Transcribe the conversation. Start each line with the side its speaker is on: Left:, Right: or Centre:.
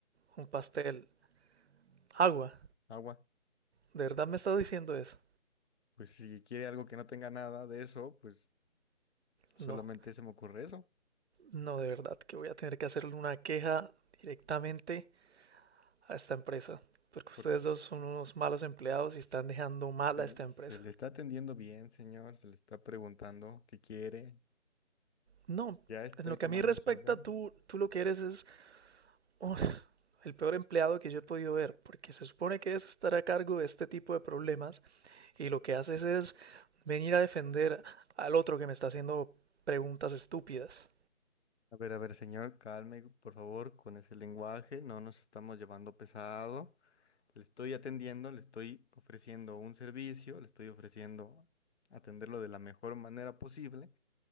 Right: un pastel, agua.
Left: agua.
Right: ¿De verdad me estás diciendo eso?
Left: Pues si quiere algo que no tenga nada de eso, pues... Solamente
Right: No,
Left: se me ocurre eso,
Right: no, de verdad, que voy a tener que hacerle una queja directamente a esta empresa, porque
Left: porque
Right: ustedes dos son unos malos empleados y
Left: s-
Right: están dejando mal
Left: se,
Right: a esta empresa.
Left: se le está atendiendo bien, señor, se le está preguntando qué quiere.
Right: No,
Left: Ya estoy
Right: en lo
Left: tomando
Right: que a mí respecta,
Left: su orden.
Right: tú, tú lo que eres es oh, el peor empleado que yo he podido ver, porque se supone que es estar a cargo de este tipo de problemas y lo que haces es venir a defender al otro que me está haciendo preguntas estúpidas.
Left: A ver, a ver, señor, calme, por favor, con ese lenguaje, no nos estamos llevando pesado. Le estoy atendiendo, le estoy ofreciendo un servicio, le estoy ofreciendo atenderlo de la mejor manera posible.